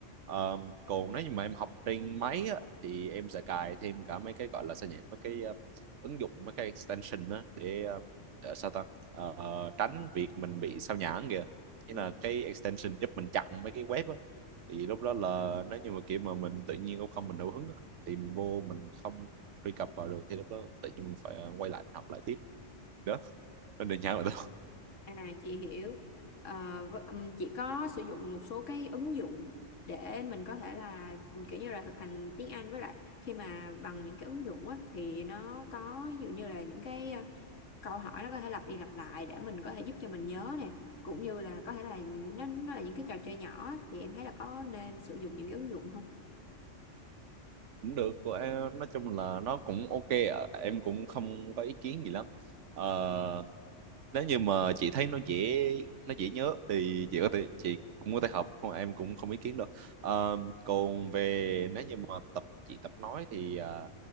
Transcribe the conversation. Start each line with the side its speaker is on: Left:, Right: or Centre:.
Left: ừ,
Right: Ờ, còn nếu như mà em học trên máy á, thì em sẽ cài thêm cả mấy cái gọi là sao nhỉ mấy cái ờ, ứng dụng mấy cái extension á để, ờ, để sao ta Ờ, tránh việc mình bị sao nhãng kìa nghĩa
Left: ừ.
Right: là cái extension giúp mình chặn mấy cái web thì lúc đó là nếu như mà kiểu mà mình tự nhiên cũng không mình đủ hứng á, thì mình vô mình không truy cập vào được thì lúc đó tự nhiên mình phải à, quay lại mình học lại tiếp đó nên đơn giản là thôi
Left: à chị hiểu Ờ, v- ừm, chị có sử dụng một số cái ứng dụng để mình có thể là kiểu như là thực hành tiếng Anh với lại khi mà bằng những cái ứng dụng á, thì nó có ví dụ như là những cái ờ, câu hỏi nó có thể lặp đi lặp lại để mình có thể giúp cho mình nhớ nè cũng như là có thể là nó, nó là những cái trò chơi nhỏ á, thì em thấy là có nên sử dụng những cái ứng dụng không
Right: <laughs> cũng được của em nói chung là nó cũng ok ạ. em cũng không có ý kiến gì lắm Ờ, nếu như mà chị thấy nó dễ nó dễ nhớ thì chị có thể chị cũng có thể học không em cũng không ý kiến đâu Ờ, còn về nếu như mà tập chị tập nói thì à,